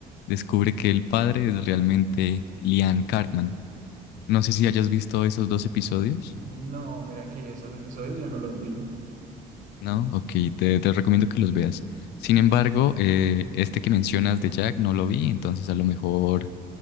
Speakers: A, on the left; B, on the right.
A: descubre que el padre es realmente Lian Cartman No sé si hayas visto esos dos episodios.
B: No, mira que esos episodios yo no los vi.
A: No, ok, te, te recomiendo que los veas. Sin embargo, eh, este que mencionas de Jack no lo vi, entonces a lo mejor